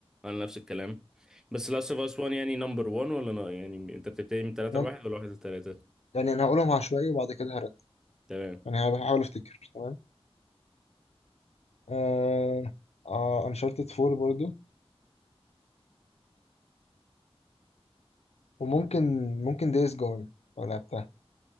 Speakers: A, in the centre; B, on the left.
A: انا نفس الكلام بس لاست اوف اس 1 يعني نمبر 1 ولا لا يعني انت بتبتدي من 3
B: أنا-
A: ل 1 ولا 1 ل 3
B: يعني انا هقولهم عشوائي وبعد كده هرد
A: تمام
B: يعني هحاول افتكر تمام آه آه انشارتد 4 برضو وممكن ممكن دايز جون لو لعبتها